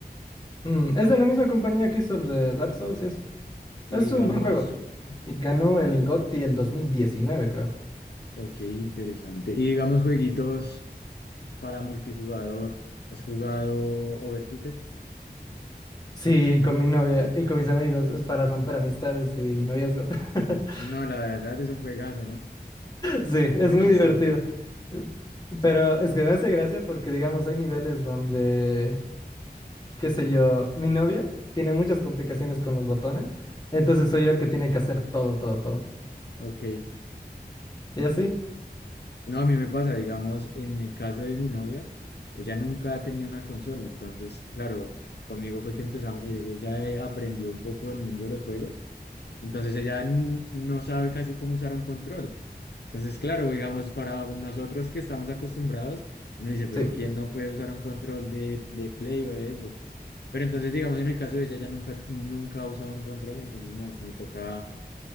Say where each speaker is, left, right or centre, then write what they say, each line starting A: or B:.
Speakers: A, on the left; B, on the left.
A: Mm, es de la misma compañía que hizo el de Dark Souls y eso.
B: Y
A: Es
B: digamos,
A: un buen juego. Y ganó el
B: eh,
A: GOTY el 2019, creo.
B: ok, interesante. Y digamos, jueguitos. para multijugador. ¿Has jugado Overcooked?
A: Sí, con mi novia y con mis amigos. Es para romper amistades y noviazgo. <laughs>
B: No, la verdad es un juegazo, ¿no?
A: Sí,
B: Es
A: es
B: muy
A: muy
B: chistoso.
A: divertido. Eh, Pero es que me hace gracia porque, digamos, hay niveles donde, qué sé yo, mi novia tiene muchas complicaciones con los botones, entonces soy yo el que tiene que hacer todo, todo, todo.
B: Ok.
A: ¿Y así?
B: No, a mí me pasa, digamos, en el caso de mi novia, ella nunca ha tenido una consola, entonces, claro, conmigo fue que empezamos, eh, ella eh, aprendió un poco del mundo de los juegos, entonces ella n- no sabe casi cómo usar un control. Entonces, claro, digamos, para nosotros que estamos acostumbrados, uno dice, pero
A: Sí,
B: ¿quién no puede usar un control de, de Play o de Xbox? Pero entonces, digamos, en el caso de ella, ya nunca, nunca ha usado un control, entonces me, me toca